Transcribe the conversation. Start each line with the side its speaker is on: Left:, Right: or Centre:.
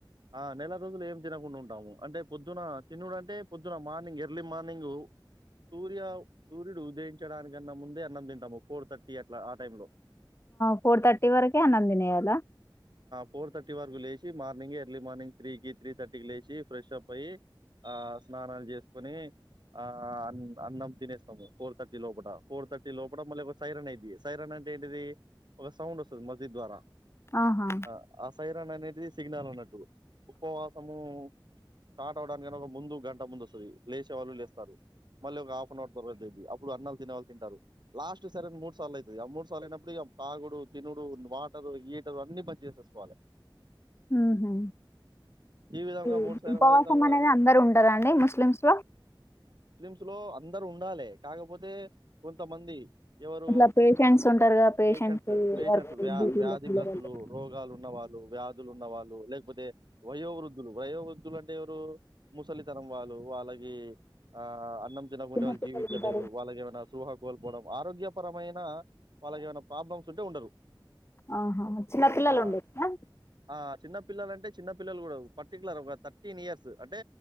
Right: ఆ నెల రోజులు ఏం తినకుండా ఉంటాము అంటే పొద్దున తినుడు అంటే పొద్దున మార్నింగ్ ఎర్లీ మార్నింగ్ సూర్య సూర్యుడు ఉదయం డానికన్నా ముందే అన్నం తింటాము ఫోర్ థర్టీ అ ఆ టైమ్ లో
Left: ఫోర్ థర్టీ వరకే అన్నం తినేయాల
Right: ఫోర్ థర్టీ వరకు లేచి మార్నింగ ఎర్లీ మార్నింగ్ త్రీకి త్రీ థర్టీకి లేచి ఫ్రెష్ అప్ అయ్యి స్నానాలు చేసుకుని అ అన్నం తినేస్తాము ఫోర్ థర్టీ లోపల ఫోర్ థర్టీ లోపల మళ్ళీ ఒక సైరన్ అది తీస్తాం సైరన్ అంటే ఏంటిది ఒక సౌండ్ వస్తుంది మసీదు ద్వారా
Left: ఆహా
Right: ఆ ఆసైరా ననే ది సిగ్ల్ అన్నట్టు ఉపవాసము స్టార్ట్ అవ్వడానిక ఒక ముందు గంట ముందు వస్తుంది లేసేవాళ్ళు లేస్తారు మళ్ళ ఒక హాఫ్ అన్ అవర్ తరతది అప్పుడు అన్నలు తినేవాలు తింటారు లాస్ట్ సరండ్ మూడు సార్లు అయింది మూడు సార్లు అయినప్పుడు తాగుడు తినుడు వాటరు హీటరు అన్ని పని చేసేసుకోవాలి
Left: హూ హు
Right: విధంగా
Left: ఈ
Right: మూడు సార్లు
Left: ఉపవాసం
Right: అవుతారు
Left: అనేది అందరు ఉండారా అండి ముస్లిమ్స్ లో
Right: థీలో అందరు ఉండాలి కాకపోతే కొంతమంది ఎవరు
Left: ఇట్లా పేషెంట్స్ ఉంటారుగా
Right: పేషెంట్స్ పేషెంట్స్
Left: వర్క్
Right: వ్యా
Left: డ్యూటీల
Right: వ్యాధిగ్రస్తులు
Left: పిల్లగాళ్ళు
Right: రోగాలు ఉన్నవాళ్ళు వ్యాధులు ఉన్న వాళ్ళు లేకపోతే వయో వృద్ధులు వయో వృద్ధులు అంటే ఎవరు ముసలితనం వాళ్ళు వాళ్ళగి ఆ అన్నం తినకుండా
Left: చిన్న
Right: వాళ్ళు
Left: పిల్లలు
Right: జీవించలేరు
Left: ఉంటారు
Right: వాళ్ళకి ఏమైనా శుహకోల్పోనం ఆరోగ్యపరమైన వాళ్ళకి ఏమైనా ప్రాబ్లమ్స్ ఉంటే ఉండరు
Left: ఆహా చిన్నపిల్లలు
Right: ఆ!
Left: ఉండే నా
Right: ఆ! చిన్న పిల్లలు అంటే చిన్న పిల్లలు కూడా పర్టికులర్ ఒక థర్టీన్ ఇయర్స్ అంటే